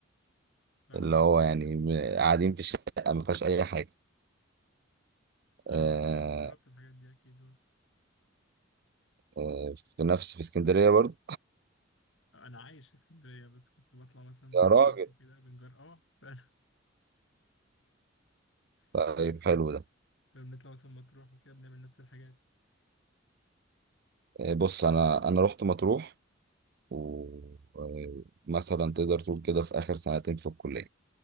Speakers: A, on the left (about 70°); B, on the right (about 55°).
A: فاهمك
B: اللي هو
A: اه
B: يعني م- قاعدين في شقة ما فيهاش أي حاجة
A: ايوه
B: آه،
A: طبعا جربت الحاجات دي اكيد برضه
B: آه، في نفس في اسكندرية برضه
A: انا عايش في اسكندرية بس كنت بطلع مثلا مطروح
B: يا راجل
A: وكده بنجر اه فعلا <laughs>
B: طيب
A: اه فعلا
B: حلو ده
A: كنا بنطلع مثلا مطروح وكده بنعمل نفس الحاجات
B: آه، بص أنا أنا رحت مطروح ومثلا تقدر تقول كده في آخر سنتين في الكلية